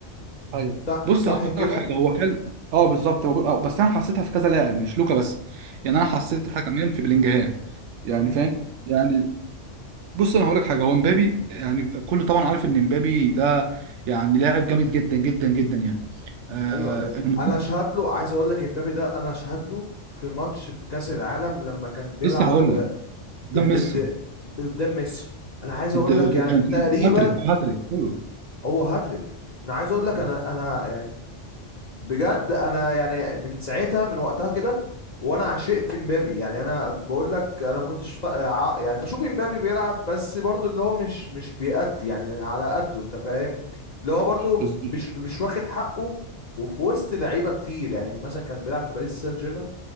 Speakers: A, on the right; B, on the left.
A: ايوه
B: صح
A: بص
B: صح
A: انا اقول
B: كده
A: لك حاجه هو كان اه بالظبط هو- ب- آه، بس انا حسيتها في كذا لاعب مش لوكا بس يعني انا حسيتها كمان في بلينجهام يعني
B: امم
A: فاهم يعني بص انا هقول لك حاجه هو مبابي يعني كل طبعا عارف ان مبابي ده يعني لاعب جامد جدا جدا جدا يعني آه
B: ايوه
A: المهم
B: انا اشهد له عايز اقول لك امبابي ده انا اشهد له في ماتش في كاس العالم لما كان بيلعب
A: لسه هقول
B: ب-
A: لك قدام
B: ضد
A: ميسي
B: قدام ميسي انا عايز
A: قد-
B: اقول
A: الارجنتين
B: لك يعني تقريبا
A: هاتريك هاتريك ايوه
B: هو هاتريك انا عايز اقول لك
A: بس-
B: انا انا يعني بجد انا يعني من ساعتها من وقتها كده وانا عشقت مبابي يعني انا بقول لك انا ما كنتش فا... ع- يعني بشوف مبابي بيلعب بس برضو اللي هو مش مش بيأدي يعني على قده انت فاهم اللي هو برضو ف-
A: بس-
B: مش مش واخد حقه وفي وسط لعيبه كتير يعني مثلا كان بيلعب في باريس سان جيرمان